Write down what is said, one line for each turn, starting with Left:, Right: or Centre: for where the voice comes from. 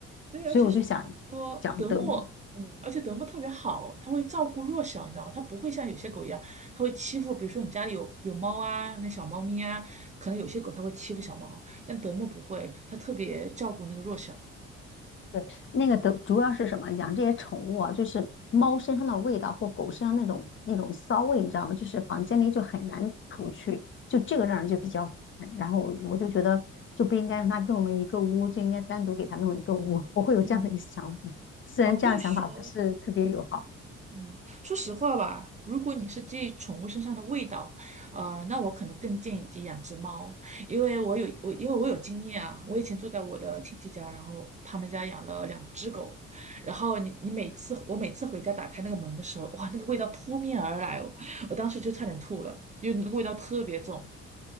Right: 对，
Left: 所以我就想讲德牧。
Right: 而且是说德牧，嗯，而且德牧特别好，它会照顾弱小，你知道吗？它不会像有些狗一样，它会欺负，比如说你家里有有猫啊，那小猫咪啊，可能有些狗它会欺负小猫，但德牧不会，它特别照顾那个弱小。
Left: 对，那个的主要是什么？养这些宠物啊，就是猫身上的味道或狗身上那种那种骚味，你知道吗？就是房间里就很难除去，就这个让人就比较烦。然后我我就觉得就不应该让它跟我们一个屋，就应该单独给它弄一个屋。<laughs> 我会有这样的一个想法，
Right: 嗯，
Left: 虽然这样想法不是特别友好
Right: 哦我跟你说。嗯，说实话吧，如果你是介意宠物身上的味道，呃，那我可能更建议你养只猫，因为我有我因为我有经验啊，我以前住在我的亲戚家，然后他们家养了两只狗，然后你你每次我每次回家打开那个门的时候，哇，那个味道扑面而来哦，我当时就差点吐了，因为那个味道特别重，